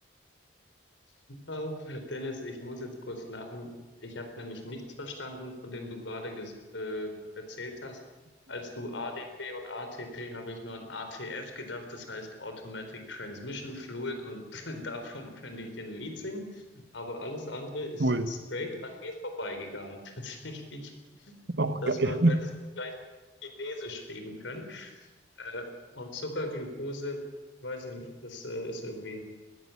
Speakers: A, on the left; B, on the right.
A: <laughs> Oh, Dennis, ich muss jetzt kurz lachen. Ich habe nämlich nichts verstanden, von dem du gerade ges- äh, erzählt hast. Als du ADP und ATP habe ich nur an ATF gedacht, das heißt Automatic Transmission Fluid und <laughs> davon könnte ich den Lied singen. Aber alles andere ist
B: Cool,
A: straight an mir vorbeigegangen. <laughs> Tatsächlich,
B: auch
A: das
B: geil.
A: war, du hättest
B: <laughs>
A: gleich Chinesisch reden können. Äh, und Zucker, Glucose, weiß ich nicht, das äh, ist irgendwie,